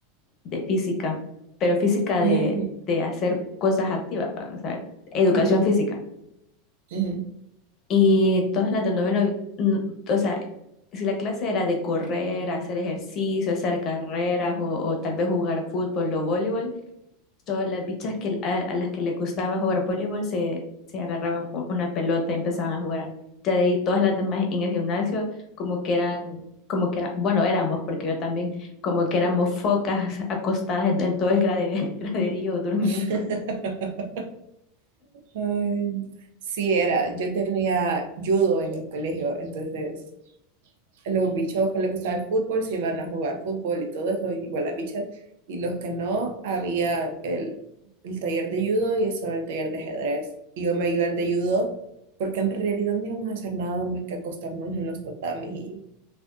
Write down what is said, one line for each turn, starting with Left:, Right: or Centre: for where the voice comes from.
Left: de física, pero física
Right: Ujú,
Left: de, de hacer cosas activas, pa, o sea, educación
Right: ujú,
Left: física.
Right: ujú.
Left: Y todas las del noveno, mm, o sea, si la clase era de correr, hacer ejercicio, hacer carreras o, o tal vez jugar fútbol o voleibol, Todas las bichas que, a, a las que les gustaba jugar voleibol se, se agarraban u- una pelota y empezaban a jugar. Ya de ahí todas las demás en el gimnasio como que eran, como que eran, bueno, éramos, porque yo también, como que éramos focas acostadas en, en todo el grade- <laughs> graderío durmiendo.
Right: <laughs> Ay, sí, era. Yo tenía judo en el colegio, entonces los bichos que les gustaba el fútbol se iban a jugar fútbol y todo eso, igual las bichas. Y los que no, había el, el taller de judo y estaba el taller de ajedrez. Y yo me iba al de judo porque en realidad no íbamos a hacer nada más que acostarnos en los tatamis y,